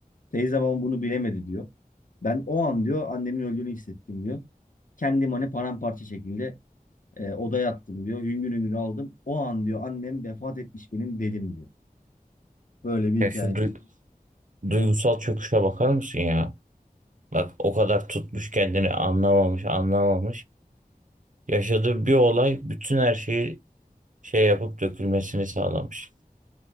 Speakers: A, on the left; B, on the right.
A: Teyzem ama bunu bilemedi diyor. Ben o an diyor annemin öldüğünü hissettim diyor. Kendim hani paramparça şekilde e, odaya attım diyor. Hüngür hüngür aldım. O an diyor annem vefat etmiş benim dedim diyor. Böyle bir hikaye.
B: ya şu duy- duygusal çöküşe bakar mısın ya? Bak o kadar tutmuş kendini anlamamış, anlamamış. Yaşadığı bir olay bütün her şeyi şey yapıp dökülmesini sağlamış.